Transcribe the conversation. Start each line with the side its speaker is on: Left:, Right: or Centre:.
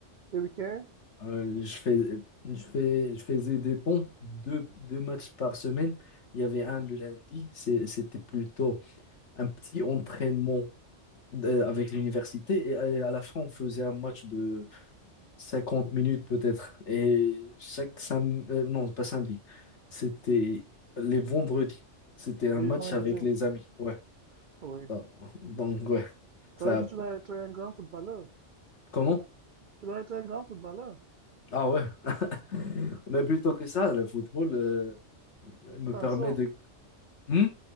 Right: le week-end,
Left: Euh, je fais, je fais, je faisais des ponts, deux, deux matchs par semaine. Il y avait un le lundi, c'est- c'était plutôt un petit entraînement euh, avec l'université. Et à à la fin, on faisait un match de 50 minutes peut-être. Et chaque samedi, non, pas samedi, c'était les vendredis. C'était un
Right: oui,
Left: match
Right: vendredi.
Left: avec les amis. Ouais.
Right: Oui.
Left: Donc, donc, ouais. Ça,
Right: Ça veut dire que tu dois être un grand footballeur.
Left: comment?
Right: Tu dois être un grand footballeur.
Left: Ah ouais. <laughs> Mais plutôt que ça, le football. euh, me
Right: Tu t'en
Left: permet
Right: sors.
Left: de Hmm